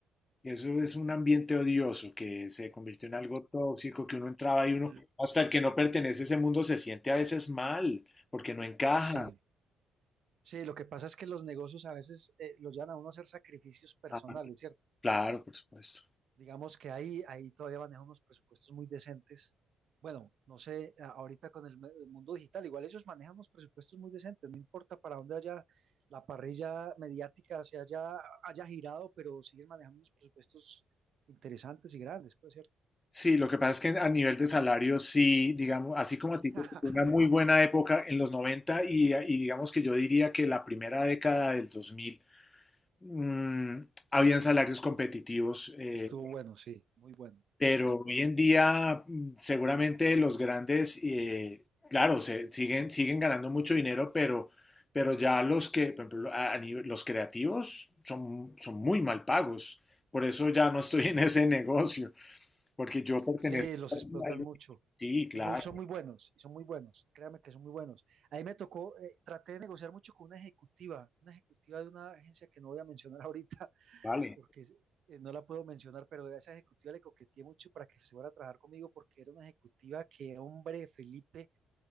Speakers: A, on the left (about 20°); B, on the right (about 60°).
A: que eso es un ambiente odioso, que se convirtió en algo tóxico, que uno entraba y uno,
B: L-
A: hasta el que no pertenece a ese mundo se siente a veces mal, porque no encaja.
B: Sí, sí, lo que pasa es que los negocios a veces eh, los llevan a uno a hacer sacrificios personales,
A: Ah,
B: ¿cierto?
A: Claro, por supuesto.
B: Digamos que ahí, ahí todavía manejan unos presupuestos muy decentes. Bueno, no sé, a- ahorita con el, me- el mundo digital, igual ellos manejan unos presupuestos muy decentes, no importa para dónde haya la parrilla mediática se haya, haya girado, pero siguen manejando unos presupuestos interesantes y grandes, pues, ¿cierto?
A: Sí, lo que pasa es que a nivel de salario, sí, digamos, así como
B: <laughs>
A: a ti te tocó una muy buena época en los 90 y, y digamos que yo diría que la primera década del 2000, mm, habían salarios competitivos, eh,
B: Estuvo bueno, sí, muy bueno
A: pero
B: en esa época.
A: hoy en día mm, seguramente los grandes, eh, claro, se, siguen, siguen ganando mucho dinero, pero, pero ya los que, por ejemplo, a- a nivel- los creativos son, son muy mal pagos, por eso ya no estoy en ese negocio. Porque yo pertenezco
B: Sí, los
A: a
B: explotan
A: algo-
B: mucho.
A: Sí, claro,
B: Y muy, son muy buenos, y son muy buenos, créame que son muy buenos. Ahí me tocó, eh, traté de negociar mucho con una ejecutiva, una ejecutiva de una agencia que no voy a mencionar ahorita,
A: vale.
B: <laughs> porque es- eh, no la puedo mencionar, pero a esa ejecutiva le coqueteé mucho para que se fuera a trabajar conmigo, porque era una ejecutiva que, hombre, Felipe,